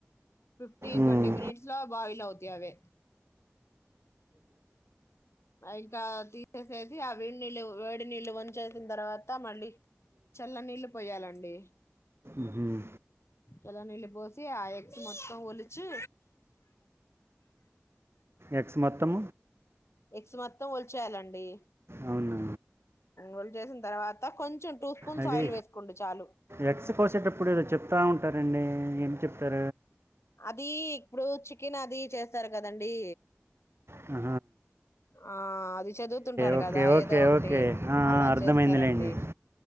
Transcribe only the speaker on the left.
ఫిఫ్టీ
ట్వంటీ మనిట్స్ లో బాయిల్ అవుది అదే ఇంకా తీసేసేసి ఆ వేడి నీళ్ళు వేడి నళ్ళు వంచేసిన తర్వాత మళ్ళీ చల్లనీళ్ళు పోయాలండి
చల్లనీళ్ళు పోసి ఆ ఎగ్స్ మొత్తం ఒలిచి
ఎగ్స్ మొత్తం వలిచేయాలండి
వలిచేసిన తర్వాత కొంచెం టూ స్పూన్స్
ఆయిల్ వేసుకోండి చాలు
అది ఇప్పుడు చికెన్ అది చేస్తారు కదండీ
ఆ అది చదువుతుంటారు
కదా ఏదో
ఒకటి
అలా
చేస్తారండి